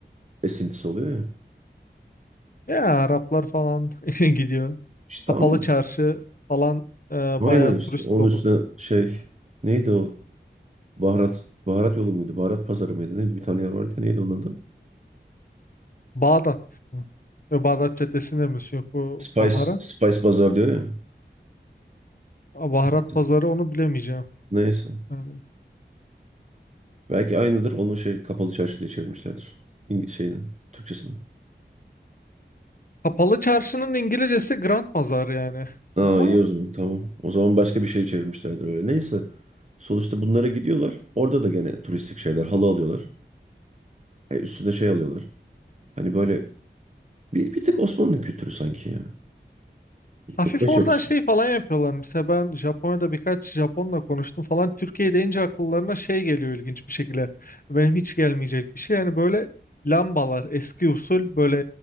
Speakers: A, on the right; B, on the left.
A: esintisi oluyor ya.
B: Ya Araplar falan <laughs> gidiyor.
A: İşte
B: Kapalı
A: ama
B: çarşı falan e,
A: aynen
B: bayağı
A: işte
B: turist
A: onun
B: dolu.
A: üstüne şey neydi o baharat baharat yolu muydu baharat pazarı mıydı neydi bir tane yer vardı ya neydi onun adı?
B: Bağdat mı? Ve Bağdat Caddesi'nde mi? Yok bu
A: Spice,
B: baharat.
A: Spice Bazar diyor ya.
B: Aa, Baharat
A: Gittim.
B: pazarı onu bilemeyeceğim.
A: Neyse.
B: Yani.
A: Belki aynıdır. Onun şey kapalı çarşı diye çevirmişlerdir. İng şeyini, Türkçesini.
B: Kapalı çarşının İngilizcesi Grand Pazar yani.
A: Aa
B: Ama
A: iyi o zaman tamam. O zaman başka bir şey çevirmişlerdir öyle. Neyse. Sonuçta bunlara gidiyorlar. Orada da gene turistik şeyler. Halı alıyorlar. E, üstüne şey alıyorlar. Hani böyle bir, bir tık Osmanlı kültürü sanki ya.
B: hafif
A: Yok başörtüsü.
B: oradan şey falan yapıyorlar. Mesela ben Japonya'da birkaç Japonla konuştum falan. Türkiye deyince akıllarına şey geliyor ilginç bir şekilde. Benim hiç gelmeyecek bir şey. Yani böyle lambalar eski usul böyle